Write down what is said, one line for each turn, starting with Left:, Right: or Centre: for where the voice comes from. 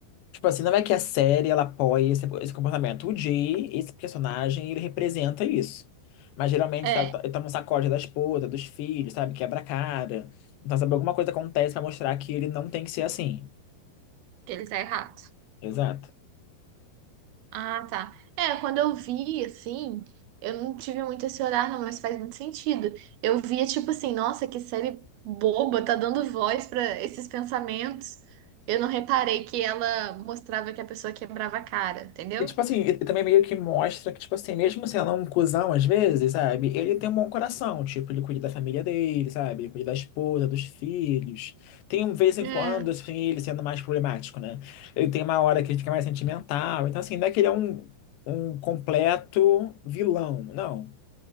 Left: Tipo assim, não é que a série ela apoia esse, esse comportamento. O Jay, esse personagem, ele representa isso. Mas geralmente
Right: É,
Left: tá, tá, ele toma um sacode da esposa, dos filhos, sabe? Quebra a cara. Então, sabe, alguma coisa acontece pra mostrar que ele não tem que ser assim.
Right: que ele tá errado.
Left: Exato.
Right: Ah, tá. É, quando eu vi, assim, eu não tive muito esse olhar, não, mas faz muito sentido. Eu via, tipo assim, nossa, que série boba, tá dando voz pra esses pensamentos. Eu não reparei que ela mostrava que a pessoa quebrava a cara, entendeu?
Left: E, tipo assim, ele também meio que mostra que, tipo assim, mesmo sendo um cuzão às vezes, sabe? Ele tem um bom coração, tipo, ele cuida da família dele, sabe? Ele cuida da esposa, dos filhos. Tem, um vez em
Right: É,
Left: quando, assim, ele sendo mais problemático, né? Ele tem uma hora que ele fica mais sentimental. Então, assim, não é que ele é um, um completo vilão, não.